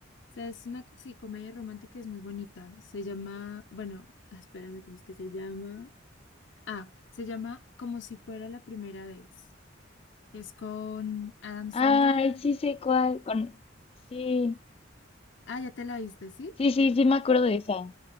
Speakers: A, on the left; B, on the left.
A: sea, es una co- sí, comedia romántica, es muy bonita. Se llama, bueno, ah, espérame, ¿cómo es que se llama? Ah, se llama Como si fuera la primera vez. Es con Adam Sandler.
B: Ay, sí sé cuál. Con... Sí,
A: Ah, ya te la viste, ¿sí?
B: sí, sí, sí me acuerdo de esa.